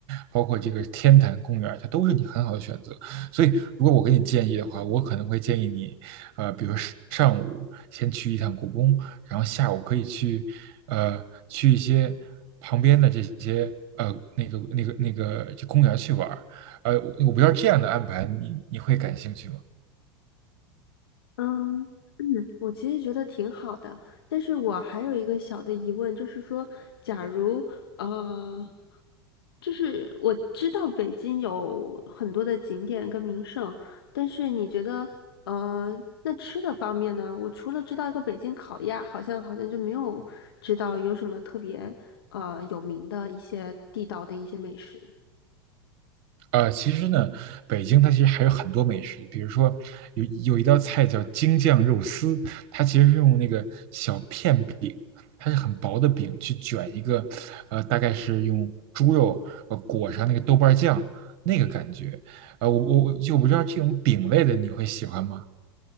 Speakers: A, on the right (about 50°); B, on the left (about 75°).
A: 包括这个天坛公园，它都是你很好的选择。所以，如果我给你建议的话，我可能会建议你呃，比如说上午先去一趟故宫，然后下午可以去，呃，去一些旁边的这些呃那个那个那个公园去玩儿。呃，我我不知道这样的安排你你会感兴趣吗？
B: 嗯。我其实觉得挺好的，但是我还有一个小的疑问，就是说，假如呃，就是我知道北京有很多的景点跟名胜，但是你觉得，呃，那吃的方面呢？我除了知道一个北京烤鸭，好像好像就没有知道有什么特别呃有名的一些地道的一些美食。
A: 呃，其实呢，北京它其实还有很多美食，比如说有有一道菜叫京酱肉丝，它其实是用那个小片饼，它是很薄的饼去卷一个，呃，大概是用猪肉呃裹上那个豆瓣酱那个感觉，呃，我我就我不知道这种饼类的你会喜欢吗？